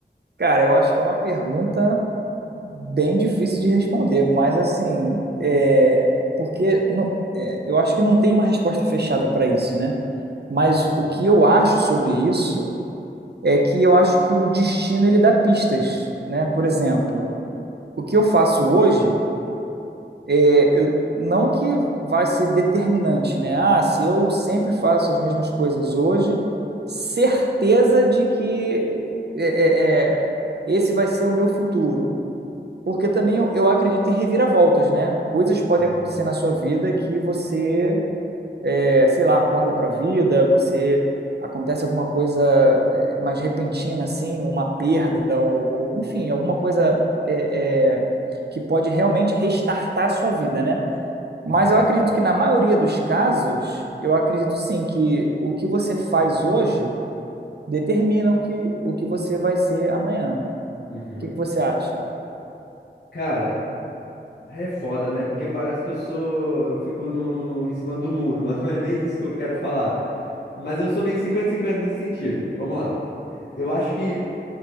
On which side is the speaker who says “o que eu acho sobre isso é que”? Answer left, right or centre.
Right